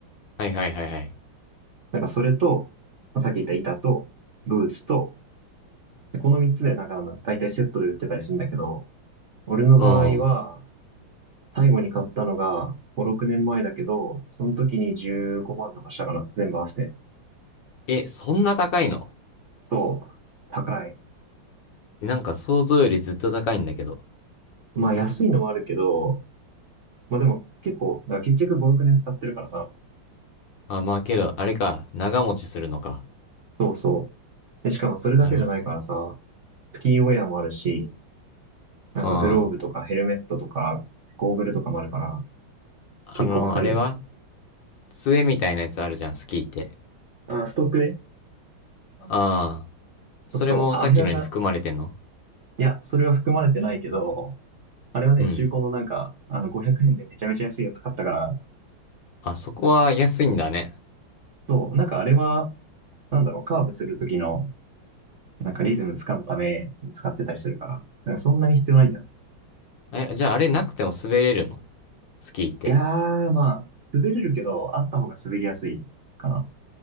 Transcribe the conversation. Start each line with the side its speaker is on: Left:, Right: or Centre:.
Left: はいはいはいはい。
Right: なんかそれと、まあさっき言った板と、ブーツと、でこの3つでなんかあの、大体セットで売ってたりするんだけど、俺の場合は、
Left: うん。
Right: 最後に買ったのが5、6年前だけど、その時に15万とかしたかな、全部合わせて。
Left: え、そんな高いの
Right: そう、高い。
Left: いなんか想像よりずっと高いんだけど。
Right: まあ安いのもあるけど、まあでも結構、だから結局5、6年使ってるからさ、
Left: あ、まあけど、あれか、長持ちするのか。
Right: そうそう。で、しかもそれだけじゃないからさ、
Left: なるほどね。
Right: スキーウェアもあるし、なんかグローブとかヘルメットとか、
Left: うん。あ
Right: ゴーグルとかもあるから、結構かかるよね。
Left: の、あれは杖みたいなやつあるじゃん、スキーって。
Right: あ、ストックね。
Left: ああ、それもさっきのに含まれてんの
Right: そうそう。ああれはな、いや、それは含まれてないけど、あれはね、
Left: うん。
Right: 中古のなんか、あの、500円でめちゃめちゃ安いやつ買ったから、
Left: あ、そこは安いんだね。
Right: そう、なんかあれは、なんだろう、カーブする時の、なんかリズムつかむために使ってたりするから、なんかそんなに必要ないんだよね。
Left: え、じゃああれなくても滑れるのスキーって。
Right: いやー、まあ、滑れるけど、あった方が滑りやすいかな。